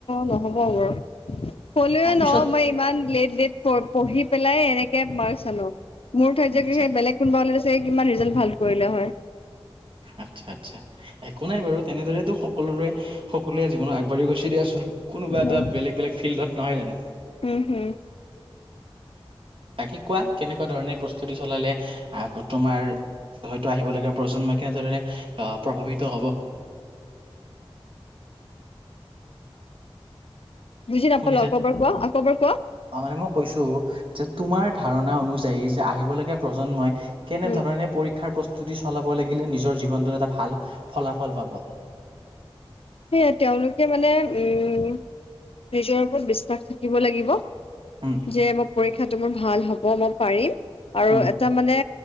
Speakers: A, on the left (about 75°); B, on the right (about 65°).
A: নহ'ব মোৰ হ'লওঁ
B: অ পিছত
A: ন মই ইমান লেট-লেট পঢ়ি পেলাই এনেকে মাৰ্কচ আনো। মোৰ ঠাইত চাগে
B: আচ্ছা
A: সেই বেলেগ কোনোবা হলে টো চাগে কিমান ৰিজাল্ট ভাল কৰিলে হয়।
B: আচ্ছা-আচ্ছা একো নাই বাৰু, তেনেদৰেতো সকলোৰে-সকলোৱে জীৱনত আগ় বাঢ়ি গৈছে দিয়া চোন কোনোবা
A: উম,
B: এটা বেলেগ বেলেগ ফিল্ডত নহয় জানো
A: হম হুম।
B: বাকী কোৱা কেনেকুৱা ধৰণে প্ৰস্তুতি চলালে তোমাৰ হয়তো আহিবলগীয়া প্ৰজন্মই কেনেদৰে প্ৰভাৱিত হ'ব?
A: বুজি নাপালো
B: শুনিছা
A: আকৌ'বাৰ কোৱা আকৌবাৰ কোৱা?
B: অ', মানে মই কৈছো যে তোমাৰ ধাৰণা অনুযায়ী যে, আহিবলগীয়া প্ৰজন্মই কেনেধৰণে
A: উম,
B: পৰীক্ষাৰ প্ৰস্তুতি চলাব লাগিলে, নিজৰ জীৱনটোত এটা ভাল ফলাফল পাব?
A: সেইয়াই তেওঁলোকে মানে উম, নিজৰ ওপৰত বিশ্বাস থাকিব লাগিব।
B: উম।
A: যে, মই পৰীক্ষাটো মোৰ ভাল হ'ব মই পাৰিম। আৰু
B: উম
A: এটা মানে